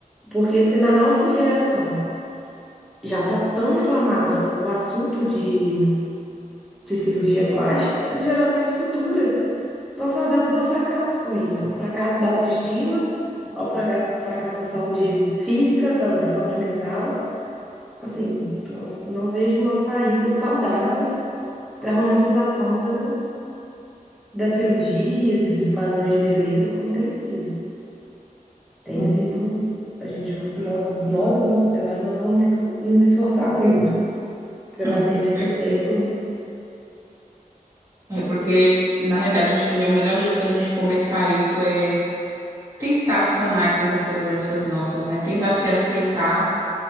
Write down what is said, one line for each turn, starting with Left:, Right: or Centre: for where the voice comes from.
Centre: porque se na nossa geração já está tão inflamado o assunto de, de cirurgia plástica, as gerações futuras estão fadadas ao fracasso com isso, ao fracasso da autoestima, ao fraga- fracasso da saúde física, sa- da saúde mental. Assim, não, não vejo uma saída saudável para a romantização da, das cirurgias e dos padrões de beleza como tem sido. Tem
Right: Não.
Centre: sido, a gente, nós, nós enquanto sociedade, nós vamos ter que nos esforçar muito para
Right: Não,
Centre: bater
Right: com certeza.
Centre: nessa tecla.
Right: É porque, na realidade, eu acho que o melhor jeito da gente começar isso é tentar sanar essas inseguranças nossas, né? Tentar se aceitar